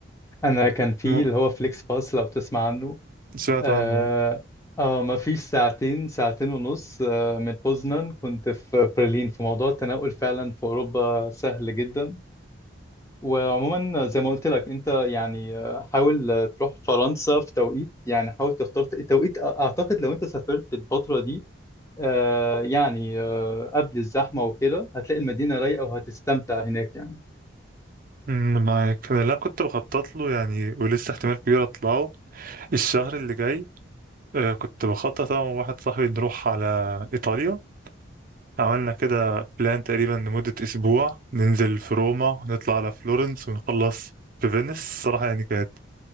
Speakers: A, on the left (about 15°); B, on the right (about 45°).
A: أنا كان في
B: م...
A: اللي هو فليكس باس لو تسمع عنه
B: سمعت
A: اه
B: عنه
A: آه، ما فيش ساعتين ساعتين ونص آه، من بوزنان كنت في برلين في موضوع التنقل فعلا في أوروبا سهل جدا وعموما زي ما قلت لك انت يعني آه، حاول آه، تروح فرنسا في توقيت يعني حاول تختار ت- التوقيت أ- اعتقد لو انت سافرت الفترة دي آه، يعني آه، قبل الزحمة وكده هتلاقي المدينة رايقة وهتستمتع هناك يعني
B: أمم، معاك أنا لا كنت بخطط له يعني ولسه احتمال كبير أطلعه الشهر اللي جاي آه، كنت بخطط أنا وواحد صاحبي نروح على إيطاليا عملنا كده بلان تقريبا لمدة أسبوع ننزل في روما نطلع على فلورنس ونخلص في فينيس الصراحة يعني كانت